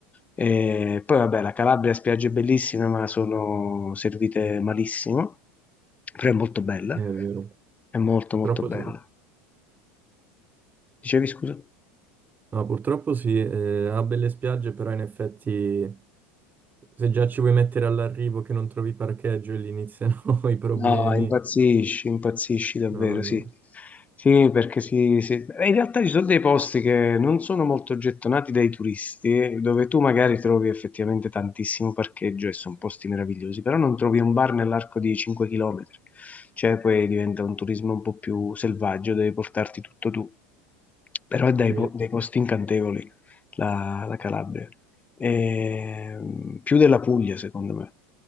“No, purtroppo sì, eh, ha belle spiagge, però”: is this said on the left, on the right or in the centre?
Right